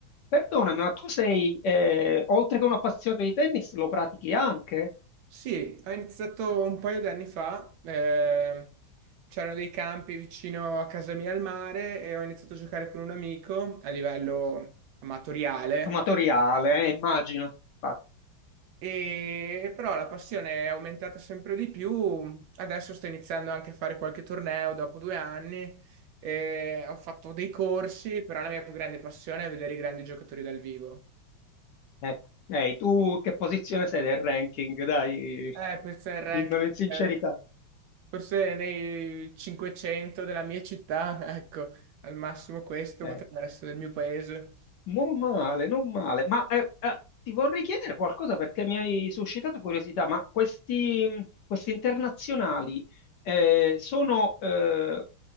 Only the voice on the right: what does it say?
Sì, ho iniziato un paio di anni fa, eh, c'erano dei campi vicino a casa mia al mare e ho iniziato a giocare con un amico a livello amatoriale,
e, però la passione è aumentata sempre di più, adesso sto iniziando anche a fare qualche torneo dopo due anni, e ho fatto dei corsi, però la mia più grande passione è vedere i grandi giocatori dal vivo.
Eh, questo è il ranking.
eh. Forse nei 500 della mia città, <laughs> ecco, al massimo questo
potrebbe essere il mio paese.